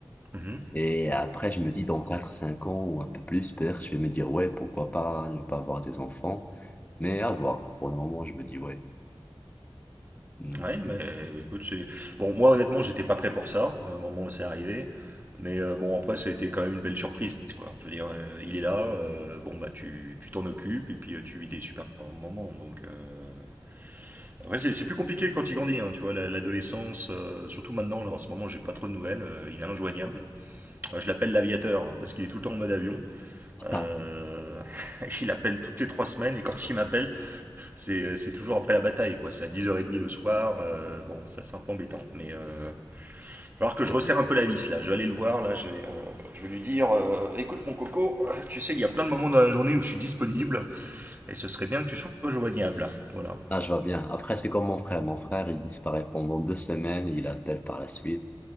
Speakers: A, on the right (about 20°); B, on the left (about 15°).
A: Mhm.
B: Et après, je me dis, dans quatre cinq ans ou un peu plus, peut-être, je vais me dire, ouais, pourquoi pas ne pas avoir des enfants. Mais à voir. Pour le moment, je me dis, ouais. hmm.
A: Ouais, mais écoute, c'est... Bon, moi honnêtement, j'étais pas prêt pour ça, euh, au moment où c'est arrivé. Mais euh, bon, après, ça a été quand même une belle surprise, quoi. Je veux dire, euh, il est là, euh, bon, bah, tu tu t'en occupes, et puis euh, tu vis des super moments, donc... euh, Après, c'est c'est plus compliqué quand il grandit, hein, tu vois, la- l'adolescence, euh, surtout maintenant, là, en ce moment, j'ai pas trop de nouvelles, euh, il est injoignable. Euh, je l'appelle l'aviateur, hein, parce qu'il est tout le temps en mode avion.
B: <laughs>
A: Euh,
B: Mm. Ah,
A: <laughs> Il appelle toutes les trois semaines, et quand il m'appelle, c'est euh, c'est toujours après la bataille, quoi. C'est à 10h30 le soir. euh, bon, ça, c'est un peu embêtant. Mais euh, alors que je
B: c'est
A: resserre
B: bien.
A: un peu la vis, là. Je vais aller le voir, là. Je vais, euh, je vais lui dire euh, Écoute, mon coco, tu sais, il y a plein de moments dans la journée où je suis disponible et ce serait bien que tu sois joignable. Voilà.
B: Ah, je vois bien. Après, c'est comme mon frère. Mon frère, il disparaît pendant deux semaines, il appelle par la suite.